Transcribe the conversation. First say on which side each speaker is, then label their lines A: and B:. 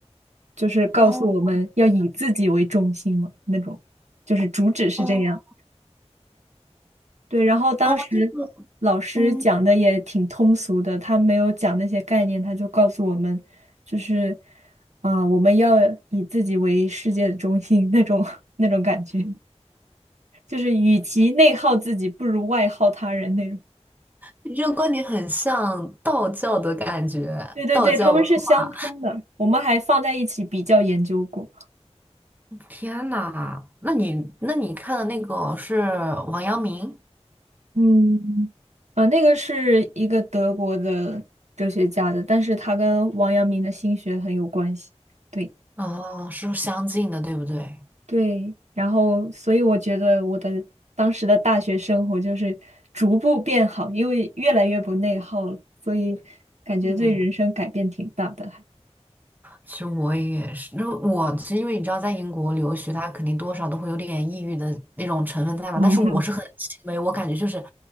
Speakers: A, on the right (about 80°); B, on the right (about 15°).
A: 就是告诉我们要以自己为中心嘛，
B: 哦
A: 那种就是主旨是这样。
B: 哦
A: 对，然后当时老师讲的也挺通俗的，
B: 哦，这个嗯，
A: 他没有讲那些概念，他就告诉我们，就是啊、我们要以自己为世界的中心那种 <laughs> 那种感觉，就是与其内耗自己，不如外耗他人那种。
B: 你这个观点很像道教的感觉，
A: 对对对，
B: 道教文化。
A: 他们是相通的，我们还放在一起比较研究过。
B: 天呐，那你那你看的那个是王阳明？
A: 嗯，啊，那个是一个德国的哲学家的，但是他跟王阳明的心学很有关系。对。
B: 哦，是相近的，对不对？
A: 对，然后所以我觉得我的当时的大学生活就是逐步变好，因为越来越不内耗了，所以感觉对人生改变挺大的还。
B: 嗯。其实我也是，那我是因为你知道，在英国留学，他肯定多少都会有点抑郁的那种成分在嘛。
A: 嗯
B: 但是我是很轻微，我感觉就是，